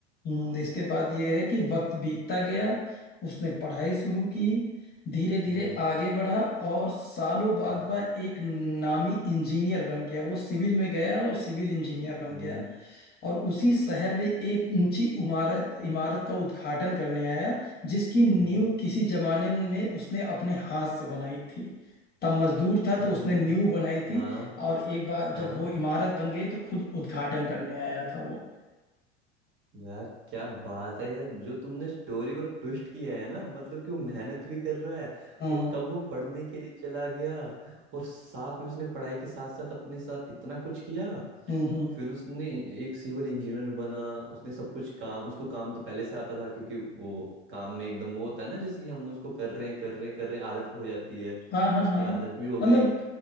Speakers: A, on the left; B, on the right.
A: हम्म, इसके बाद ये
B: हम्म
A: है कि वक्त बीतता गया उसने पढ़ाई शुरू की धीरे धीरे
B: हम्म
A: आगे बढ़ा और सालों बाद
B: हम्म
A: वह एक नामी इंजीनियर बन गया वो सिविल में गया और सिविल इंजीनियर बन
B: हम्म
A: गया और उसी शहर में एक ऊंची इमारत इमारत का उद्घाटन करने आया जिसकी नींव
B: हम्म,
A: किसी जमाने में उसने अपने हाथ से बनाई थी तब मजदूर
B: क्या
A: था तो उसने नींव बनाई
B: हाँ
A: थी और एक बार
B: हाँ
A: जब वो इमारत बन गई तो खुद उद्घाटन करने आया था वो
B: यार क्या बात है यार जो तुमने स्टोरी को ट्विस्ट किया है ना मतलब कि वो मेहनत भी कर रहा है
A: हम्म
B: और कब वो पढ़ने के लिए चला गया और साथ में उसने पढ़ाई के साथ साथ अपने साथ इतना कुछ किया
A: हम्म हम्म।
B: फिर उसने एक सिविल इंजीनियर बना उसने सब कुछ काम उसको काम तो पहले से आता था क्योंकि वो काम में एकदम वो होता है ना जैसे कि हम उसको कर रहे हैं कर रहे हैं कर रहे हैं आदत हो जाती है
A: हाँ हाँ
B: उसकी
A: हाँ
B: आदत भी हो
A: मतलब
B: गई